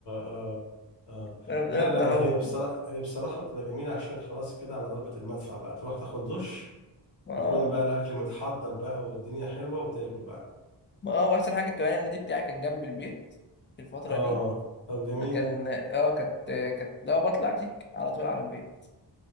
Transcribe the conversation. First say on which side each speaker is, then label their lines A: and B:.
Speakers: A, on the left; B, on the left.
A: آه. آه.
B: وانا بنقعد
A: لا لا
B: نفضحوهم
A: هي بصراحة هي بصراحة بتبقى جميلة عشان خلاص كده على ضربة المدفع بقى تروح تاخد دش
B: اه
A: يكون بقى الأكل متحضر بقى والدنيا حلوة وتاكل بقى
B: ما اه واحسن حاجة كمان النادي بتاعي كان جنب البيت في الفترة
A: اه
B: دي
A: طب جميل
B: فكان اه كانت كانت لا بطلع تيك على طول على البيت